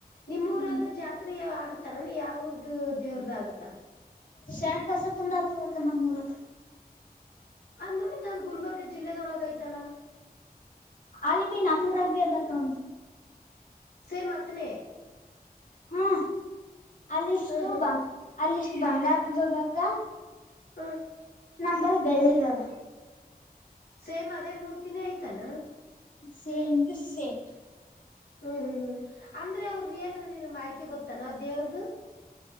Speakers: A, on the left (about 90°); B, on the left (about 55°).
A: ನಿಮ್ಮಊರಾಗ
B: ಹ್ಮ್
A: ಜಾತ್ರೆ ಆಗುತ್ತಾ ನಮಗೆ ಯಾವ ಊರ್ದು ದೇವ್ರ್ದ ಆಗುತ್ತಾ.
B: ಶರಣಬಸಪ್ಪದು ಆತದ ಅಕ್ಕಾ ನಮ್ಮ ಊರಾಗ.
A: ಅಂದ್ರೆ ಮತ್ತ ಅದ ಗುಲ್ಬರ್ಗ ಜಿಲ್ಲೆದೊಳಗ ಐತಿ ಅಲ್ಲಾ.
B: ಅಲ್ಲಿ ಬಿ ನಮ್ಮಊರಗ ಬಿ ಅದ ಅಕ್ಕಾ.
A: ಸೇಮ ಆತನೇ.
B: ಹ್ಮ ಅಲ್ಲಿಷ್ಟು
A: ಹ್ಮ್ ಹ್ಮ್
B: ಬಂಗ
A: ಹ್ಮ್
B: ಅಲ್ಲಿಷ್ಟು ಬಂಗಾರದದಕ
A: ಹ್ಮ
B: ನಂಬಲ್ಲಿ ಬೆಳ್ಳಿದದ
A: ಸೇಮ್ ಅದೇ ಮೂರ್ತಿನೇ ಆಐ್ತನ
B: ಸೇಮ್ ಟು ಸೇಮ್
A: ಹ್ಮ್ ಹ್ಮ್ ಹ್ಮ್ ಅಂದ್ರೆ ಅವ್ರದ ಏನು ನಿನ್ ಮಾಹಿತಿ ಗೊತ್ತಾನ ದೇವ್ರ್ದ